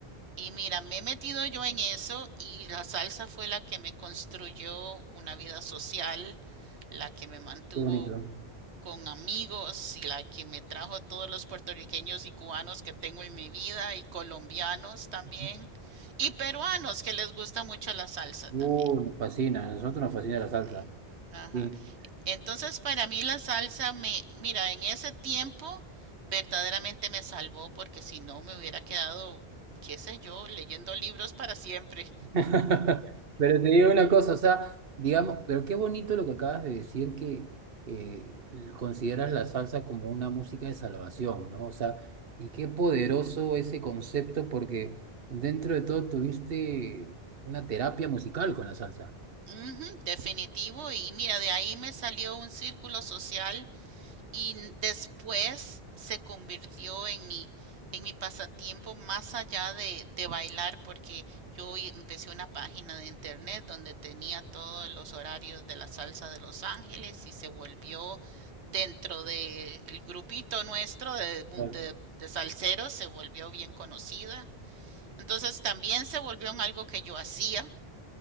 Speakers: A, on the right; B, on the right.
A: y mira, me he metido yo en eso y la salsa fue la que me construyó una vida social, la que me mantuvo
B: Qué bonito.
A: con amigos y la que me trajo todos los puertorriqueños y cubanos que tengo en mi vida y colombianos también
B: Ujú.
A: y peruanos que les gusta mucho la salsa
B: Uh,
A: también.
B: nos fascina, a nosotros nos fascina
A: Sí.
B: la salsa.
A: Ajá.
B: Sí.
A: Entonces para mí la salsa me, mira, en ese tiempo verdaderamente me salvó porque si no me hubiera quedado, qué sé yo, leyendo libros para siempre.
B: <laughs> Pero te digo una cosa, o sea, digamos, pero qué bonito lo que acabas de decir, que eh, consideras la salsa como una música de salvación, ¿no? O sea, y qué poderoso ese concepto, porque dentro de todo tuviste una terapia musical con la salsa.
A: Ujú, definitivo. Y mira, de ahí me salió un círculo social y n- después se convirtió en mi, en mi pasatiempo más allá de, de bailar, porque yo y- empecé una página de internet donde tenía todos los horarios de la salsa de Los Ángeles y se volvió dentro del grupito nuestro de, mu-
B: Claro.
A: de, de salseros, se volvió bien conocida. Entonces también se volvió en algo que yo hacía